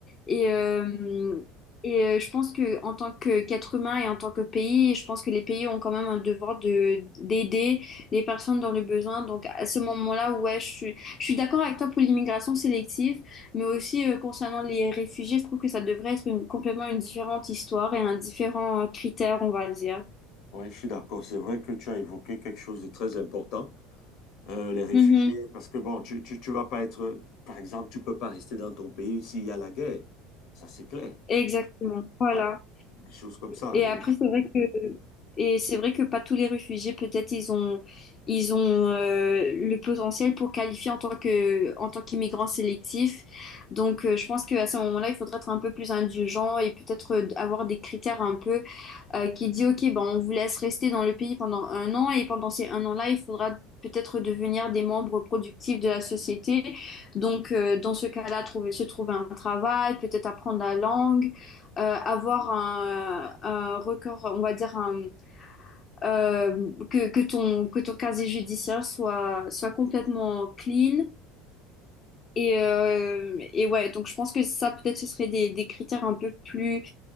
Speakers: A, on the left; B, on the left.
A: Et, euh, et euh, je pense que en tant que qu'être humain et en tant que pays, je pense que les pays ont quand même un devoir de d'aider les personnes dans le besoin. Donc à ce moment-là, ouais, je suis, je suis d'accord avec toi pour l'immigration sélective, mais aussi euh, concernant les réfugiés, je trouve que ça devrait être une- complètement une différente histoire et un différent critère, on va dire.
B: Ouais, je suis d'accord. C'est vrai que tu as évoqué quelque chose de très important, euh, les réfugiés,
A: Mhm.
B: parce que bon, tu, tu, tu vas pas être, par exemple, tu peux pas rester dans ton pays s'il y a la guerre. Ça, c'est clair.
A: Exactement. Voilà.
B: Ouais, des choses comme ça,
A: Et
B: euh,
A: après, c'est vrai que et c'est vrai que pas tous les réfugiés, peut-être ils ont ils ont euh, le potentiel pour qualifier en tant que en tant qu'immigrant sélectif. Donc euh, je pense qu'à ce moment-là, il faudrait être un peu plus indulgent et peut-être euh, avoir des critères un peu euh, qui dit, OK, ben, on vous laisse rester dans le pays pendant un an et pendant ces un an-là, il faudra peut-être devenir des membres productifs de la société. Donc, euh, dans ce cas-là, trouver, se trouver un travail, peut-être apprendre la langue, euh, avoir un, un record, on va dire, un, euh, que, que ton, que ton casier judiciaire soit, soit complètement clean et, euh, et ouais, donc je pense que ça, peut-être ce serait des, des critères un peu plus,